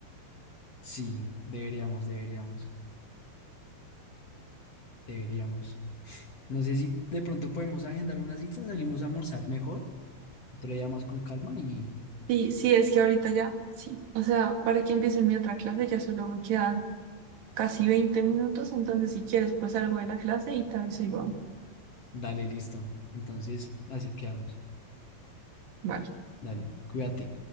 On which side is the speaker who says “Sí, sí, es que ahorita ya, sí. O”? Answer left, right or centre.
Right